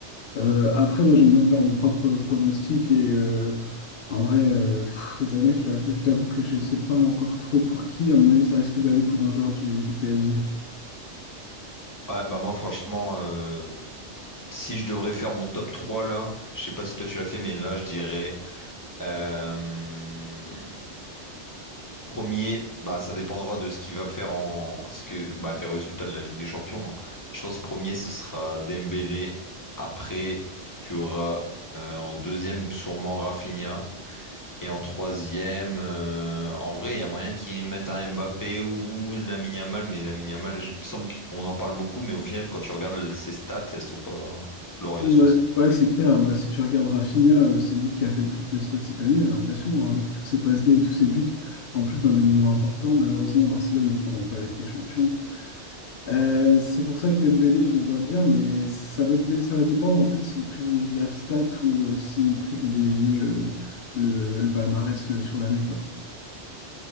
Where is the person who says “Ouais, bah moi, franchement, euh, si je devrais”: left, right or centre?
Left